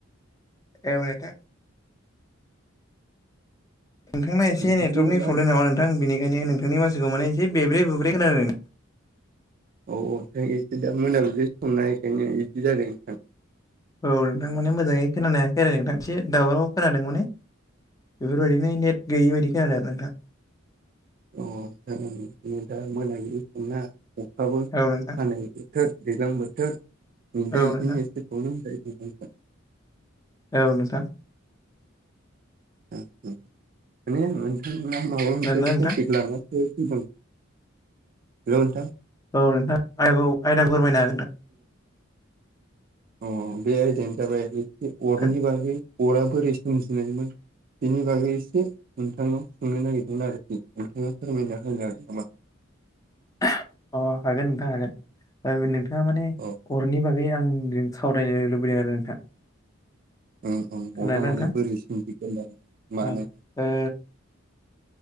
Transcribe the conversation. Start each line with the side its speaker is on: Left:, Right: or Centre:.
Left: औ‌ नोंथां। नोंथांना एसे नेटवर्कनि
Right: बिदि नङा
Left: प्रब्लेम नामा नोंथां बेनि- खायनो नोंथांनि माथोखौ माने एसे बेब्रे बुब्रे खोनादों।
Right: औ औ नोंथां एसे दा मोनाबलि समना बेखायनो इदि जादों नोंथां।
Left: औ नोंथां माने मोजाङै खोनानो हायाखै आरो नोंथां एसे दावराव खोनादों माने। बेफोरबायदिनो नेट गैयि बायदिखौ आरो नोंथां।
Right: अ जागोन दे दिनै दा मोनाबिलि समना अखाबो
Left: आरो नोंथां
Right: हानाय बोथोर दैज्लां बोथोर बेखायनो
Left: औ
Right: बिदिनो
Left: नोंथां
Right: एसे प्रब्लेम जायो।
Left: औ नोंथां।
Right: माने नोंथाङा माबा मोनसे
Left: खोनादोंना
Right: टपिक
Left: नोंथां
Right: लाना फैदों। हेल' नोंथां।
Left: औ नोंथां आय-आयदा फोरमायनो हागोन नोंथां।
Right: अ बे आयदायानो जाबाय एसे
Left: नोंथां
Right: अरनि बागै अरा बोरै सोमजिनायमोन। बिनि बागै एसे नोंथांनाव सोंनो नागिरदों आरोखि नोंथाङा फोरमायना होनो हागोन नामा?
Left: <inaudible> अ हागोन नोंथां हागोन नोंथाङा माने
Right: औ
Left: अरनि बागै आं सावरायनो लुबैदों आरो नोंथां।
Right: औ उम
Left: खोनादोंना
Right: अरा
Left: नोंथां
Right: माने बोरै सोमजिगोरनाय मानो
Left: ओ ओ